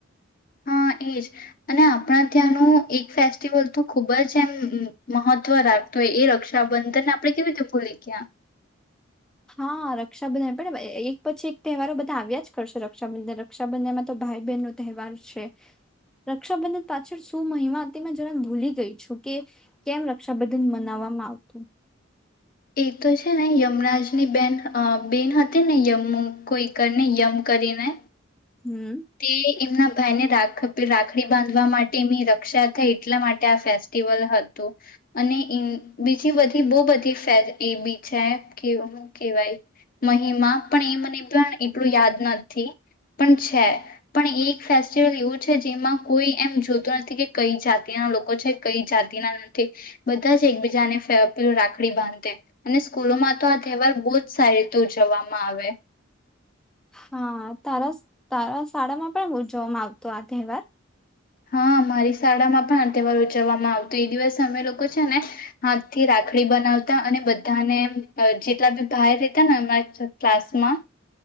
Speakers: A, on the left; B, in the centre.
A: હા એજ અને આપણા ત્યાંનું એક ફેસ્ટિવલ તો ખૂબ જ એમ મહત્વ રાખતો હોય એ રક્ષાબંધનને આપણે કેવી રીતે ભૂલી ગયા.
B: હા રક્ષાબંધન પણ એક પછી એક તહેવારો બધા આવ્યા જ કરશે રક્ષાબંધન રક્ષાબંધનમાં તો ભાઈ બહેન નો તહેવાર છે રક્ષાબંધન પાછળ શું મહિમા હતી મે જરા ભૂલી ગઈ છું કે કેમ રક્ષાબંધન મનાવવામાં આવતું.
A: એ તો છે ને યમરાજની બેન બેન હતી ને યમ કોઈકરને યમ કરીને.
B: હમ
A: તે એમના ભાઈને રાખ રાખડી બાંધવા માટે એની રક્ષા થઈ એટલા માટે આ ફેસ્ટિવલ હતું અને બીજી બધી બહુ બધી એ બી છે. કે કેવાય મહિમા પણ એ મને પણ એટલું યાદ નથી પણ છે. પણ એક ફેસ્ટિવલ એવું છે જેમાં કોઈ એમ જોતું નથી કે કઈ જાતિના લોકો છે કઈ જાતિના નથી બધા જ એકબીજાને ફું રાખડી બાંધે અને સ્કૂલોમાં તો આ તહેવાર બહુ જ સારી રીતે ઉજવવામાં આવે.
B: હા તારા તારા શાળામાં પણ ઉજવવામાં આવતો આ તહેવાર
A: હા મારી શાળામાં પણ તહેવાર ઉજવવામાં આવતો એ દિવસ અમે લોકો છે ને હાથથી રાખડી બનાવતા અને બધાને જેટલા બી બાર રહેતા ને અમારા ક્લાસમાં